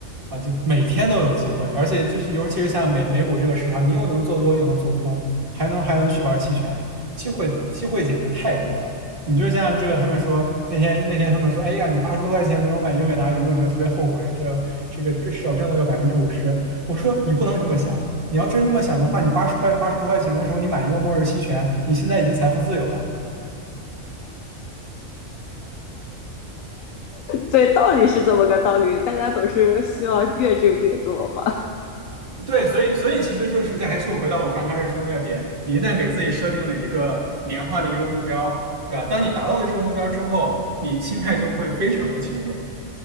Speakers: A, on the right; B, on the left.
A: 啊，就每天都有机会，而且就是尤其是像美美股这个市场，你又能做多又能做空，还能还能去玩期权，机会机会简直太多了。你就像这个，他们说那天那天他们说，哎呀，你八十多块钱没有买英伟达，有没有觉得特别后悔？这这个这少挣了个百分之五十。我说你不能这么想，你要真这么想的话，你八十块八十多块钱的时候，你买一个末日期权，你现在已经财富自由了。
B: 对，道理是这么个道理，大家总是希望越挣越多嘛。
A: 对，所以所以其实就是这还是回到我刚开始说那个点，你一旦给自己设定了一个年化的一个目标，对吧？当你达到了这个目标之后，你心态就会非常的轻松